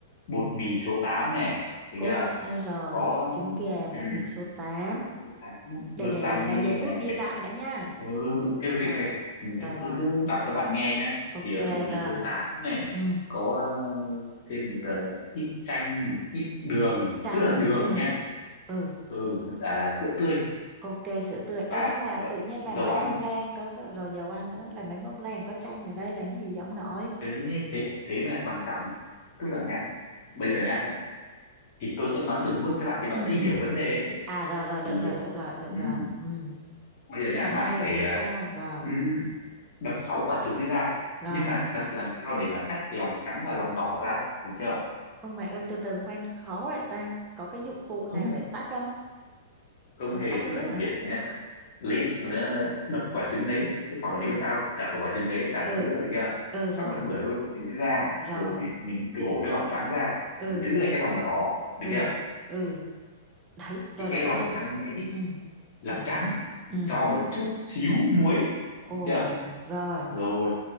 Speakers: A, on the left; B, on the right.
A: bột mì số 8 này được
B: cốt
A: chưa
B: nghe rồi
A: có
B: trứng gà bột
A: ừ,
B: mì số tám,
A: số tám gương
B: để để
A: vani
B: để là giấy bút
A: này
B: ghi lại đã nha
A: Ừ,
B: ừ
A: ok ok
B: rồi
A: ok Ừ,
B: rồi
A: thì tôi
B: rồi
A: cứ đọc cho bạn nghe nhé
B: ok
A: thì ờ, bột mì
B: rồi
A: số 8 này này,
B: ừ
A: có ờ, thêm một ờ, ít chanh một ít đường
B: chanh
A: tức là đường
B: đường
A: nha
B: ừ
A: ừ với cả là sữa tươi
B: Ok sữa tươi. Ê,
A: và
B: nhưng mà tự nhiên làm
A: dầu
B: bánh
A: ăn
B: bông lan có, có rồi dầu ăn nữa, làm bánh bông lan có chanh ở đây làm gì giống nổi?
A: ừ, thế thế mới là quan trọng
B: Ok.
A: tức là nhá bây giờ nhá thì tôi sẽ nói từng bước cho bạn thì bạn
B: Ừ
A: sẽ hiểu
B: ừ.
A: vấn đề
B: À rồi rồi được
A: thì
B: rồi
A: ờ,
B: được rồi được
A: ừ,
B: rồi. Ừ.
A: bây giờ nhá
B: Phần
A: bạn
B: hay ở
A: phải
B: phía
A: ờ,
B: sau rồi.
A: ừ, đập sáu quả trứng ấy ra
B: Rồi.
A: nhưng mà đập làm sao để mà tách lòng trắng và lòng đỏ ra được chưa
B: Ông mẹ ơi từ từ khoan khó vậy ta. Có cái dụng cụ nào
A: không
B: để tách không?
A: không
B: Bằng
A: hề
B: tay
A: tức là
B: á
A: chỉ
B: à?
A: việc nhá, lấy, lấy đập quả trứng đấy tức hoặc
B: Ừ.
A: là lấy con dao chặt vào quả trứng đấy chặt ở
B: Ừ.
A: giữa được chưa
B: Ừ rồi.
A: xong rồi bửa đôi quả trứng ra
B: Rồi.
A: rồi mình đổ cái lòng trắng ra
B: Ừ.
A: mình giữ lại cái lòng đỏ được
B: Ừ.
A: chưa
B: Ừ. Đấy, rồi
A: thì cái
B: rồi
A: lòng
B: ok.
A: trắng đấy
B: Ừ,
A: làm
B: hiểu
A: trắng
B: rồi. Ừ.
A: cho một chút xíu muối
B: Ồ,
A: được chưa
B: rồi.
A: rồi